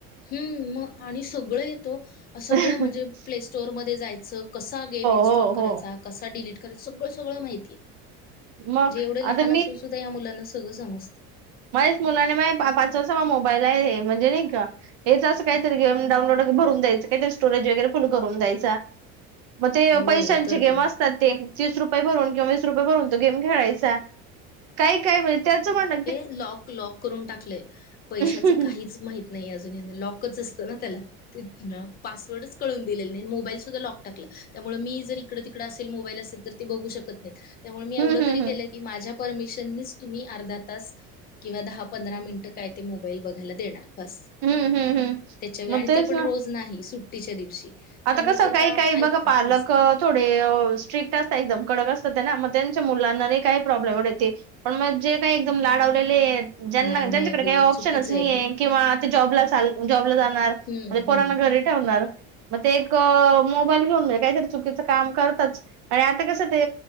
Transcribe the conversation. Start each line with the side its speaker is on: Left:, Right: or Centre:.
Left: हम्म मग आणि सगळं येतो सगळं
Right: हो
Left: म्हणजे प्ले स्टोअरमध्येध्ये जाय कसा गेम इन्स्टॉल
Right: हो
Left: करायचा
Right: हो
Left: कसा डिलीट करायचा सगळं सगळं माहितीये.
Right: मग
Left: म्हणजे एवढे लहान
Right: आता
Left: असून सुद्धा या मुलांना सगळं समजत.
Right: माझच मुलाने मा पाच वाजता म मोबाईल आहे म्हणजे नाही का हे काहीतरी गेम डाउनलोड भरून द्यायचं काहीतरी स्टोरेज वगैरे फुल करून द्यायचा. मग ते
Left: हो
Right: पैशांचे
Left: तर
Right: गेम
Left: काय
Right: असतात ते. तीस रुपये भरून किंवा वीस रुपये भरून तो गेम खेळायचा काही काय म्हणजे त्याचं म्हणण
Left: ल लॉक करून टाकले पैशच
Right: हम्म
Left: काहीच माहिती नाही अजुन. लॉकच असतना त्याला पासवर्ड पण कळुन दिला नाही मोबाईल त्याला त्यामुळे मी मी जर इकडे तिकडे असेल मोबाईल असेल तर ते बघू शकत नाही त्यामुळे मी एवढा
Right: हम्म
Left: तरी
Right: हम्म
Left: केलं की माझ्या परमिशन शिवाय तुम्ही अर्धा तास किंवा दहा पंधरा मिनट काय ते मोबाईल बघायला देणार. बस
Right: हम्म हम्म हम्म
Left: त्याच्या व
Right: मग
Left: आणि
Right: तेच
Left: ते पण
Right: ना
Left: रोज नाही सुट्टीच्या दिवशी. त्यामुळे
Right: आता कसं
Left: ते
Right: काही काही
Left: ऐकतात
Right: बघ पालक
Left: तस
Right: थोडे स्ट्रिक्ट असायचं. कडक असतात ना मग त्यांच्या मुलांना काही प्रॉब्लेम ते पण मग जे काही एकदम लाडवलेले ज्यांना
Left: नाही, नाही.
Right: ज्यांच्याकडे
Left: हो,
Right: काही ऑप्शनच
Left: चुकीचं
Right: नाहीये
Left: आहे हे.
Right: किंवा जॉबला चा जॉबला जाणार म्हणजे
Left: हं,
Right: पोरांना
Left: हं.
Right: घरी ठेवणार. मग ते एक मोबाईल घेऊन जाल काहीतरी चुकीचं काम करतात आणि आता कसं ते